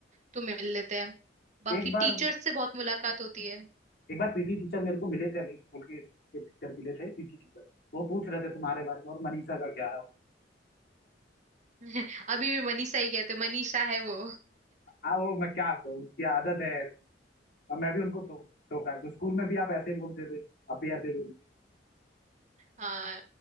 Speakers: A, on the right; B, on the left.
A: तो मिल लेते हैं बाकी
B: है एक
A: टीचर्स
B: बार
A: से बहुत मुलाकात होती है
B: एक बार पीटी टीचर मेरे को मिले थे अभी स्कूल के के टीचर मिले थे पीटी टीचर वो पूछ रहे थे तुम्हारे बारे में और मनीषा का क्या हाल है।
A: <laughs> अभी भी मनीषा ही कहते मनीषा है वो
B: हाँ वो मैं क्या कहूँ उनकी आदत है ऐसी अब मैं भी उनको टो, टोका कि स्कूल में भी आप ऐसे ही बोलते थे अब भी ऐसे ही बोलते
A: हाँ